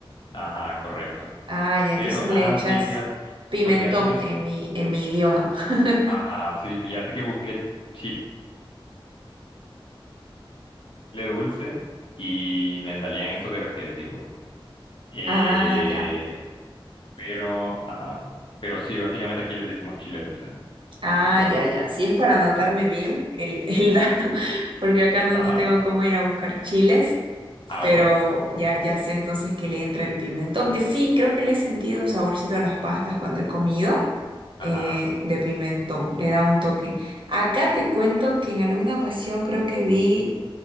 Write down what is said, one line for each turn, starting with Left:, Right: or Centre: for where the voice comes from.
Left: ajá, correcto.
Right: Ah, ya, entonces
Left: Pero,
Right: le
Left: ah,
Right: echas
Left: sí, fíjate,
Right: pimentón
Left: pues fíjate que sí,
Right: en mi, en mi idioma. <laughs>
Left: ajá, sí, fíjate que busqué chile dulce y me salían esos de los que decís vos. Eh,
Right: Ah, ya.
Left: pero, ajá, pero sí, básicamente aquí les decimos chile dulce,
Right: Ah,
Left: igual.
Right: ya, ya. Sí es para anotarme
Left: Sí.
Right: bien el, el dato, <laughs> porque acá no,
Left: Ajá,
Right: no tengo cómo ir a buscar chiles,
Left: ah,
Right: pero
Left: bueno,
Right: ya, ya sé entonces que le entra el pimentón, que sí, creo que le he sentido un saborcito a las pastas cuando he comido
Left: ajá,
Right: eh, de pimentón, le da un toque. Acá te cuento que en alguna ocasión creo que vi